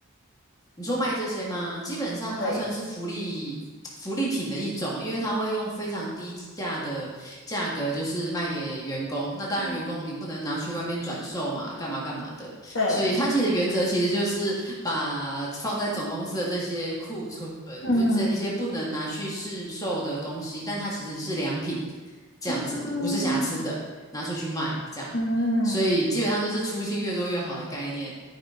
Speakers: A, on the left; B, on the left.
A: 你说卖这些吗？基本上它算是福利福利品的一种，
B: 对，
A: 因为它会用非常低价的价格，就是卖给员工。那当然，
B: 嗯，
A: 员工你不能拿去外面转售嘛，干嘛干嘛的。
B: 对，
A: 所以它其实原则其实就是把放在总公司的这些库存，
B: 嗯
A: 不这些不能拿去市售的东西，但它其实是良品，这样子不是瑕疵的，
B: 嗯
A: 拿出去卖这样。
B: 嗯。
A: 所以基本上就是出清越多越好的概念。